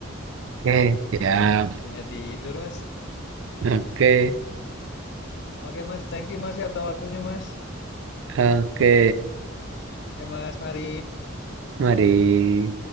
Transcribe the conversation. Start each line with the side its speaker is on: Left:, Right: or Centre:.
Right: Oke. Ya,
Left: Waktunya tidur Mas.
Right: oke,
Left: Oke Mas, thank you Mas ya atas waktunya Mas.
Right: oke.
Left: Ya Mas, mari.
Right: Mari.